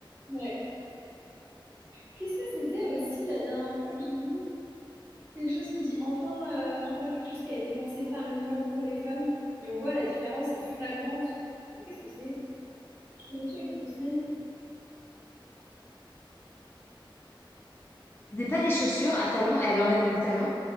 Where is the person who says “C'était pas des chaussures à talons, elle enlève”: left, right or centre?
Left